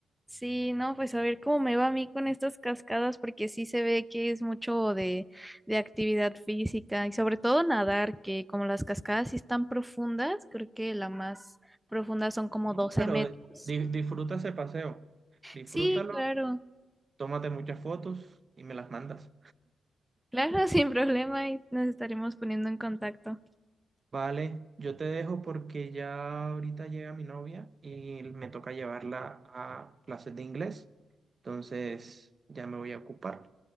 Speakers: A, in the centre; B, on the right.
A: Sí, no, pues a ver cómo me va a mí con estas cascadas, porque sí se ve que es mucho de, de actividad física y sobre todo nadar, que como las cascadas sí están profundas, creo que la más profunda son como
B: No,
A: 12
B: pero
A: metros.
B: di- disfruta ese paseo, disfrútalo,
A: Sí, claro,
B: tómate muchas fotos y me las mandas.
A: claro, <laughs> sin problema y nos estaremos poniendo en contacto.
B: Vale, yo te dejo porque ya ahorita llega mi novia y me toca llevarla a clases de inglés, entonces ya me voy a ocupar.